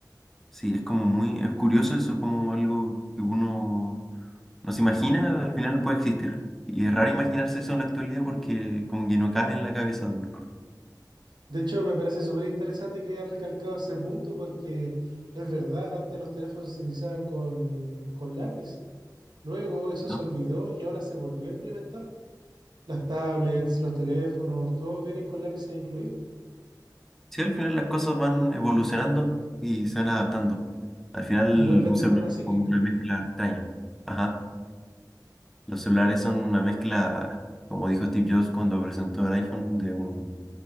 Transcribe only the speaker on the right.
De hecho, me parece súper interesante que hayas recalcado ese punto porque es verdad, antes los teléfonos se utilizaban con, con lápiz, luego eso
se olvidó y ahora se volvió a implementar. Las tablets, los teléfonos, todos vienen con lápices incluidos
y vuelven
de
forma
cíclica.